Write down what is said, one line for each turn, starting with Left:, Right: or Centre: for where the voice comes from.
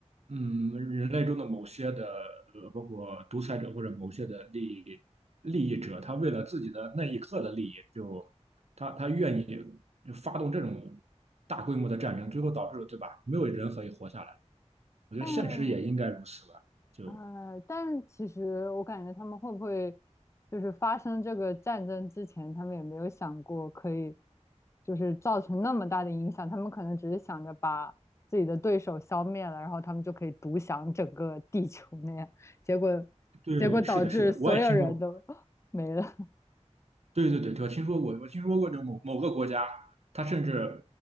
Right: 嗯，人类中的某些的，呃，包括独裁者或者某些的利益利益者，他为了自己的那一刻的利益，就他他愿意就发动这种大规模的战争，最后导致了对吧？没有人可以活下来。我觉得现实也应该如此吧。
Left: <laughs> 但
Right: 就
Left: 呃，但其实我感觉他们会不会就是发生这个战争之前，他们也没有想过可以就是造成那么大的影响，他们可能只是想着把自己的对手消灭了，然后他们就可以独享整个地球那样，结果
Right: 对，
Left: 结果导致所有人都
Right: 是的，是的，我也听说过。
Left: <laughs> 没了。
Right: 对对对，我听说过，我听说过就某某个国家，它甚至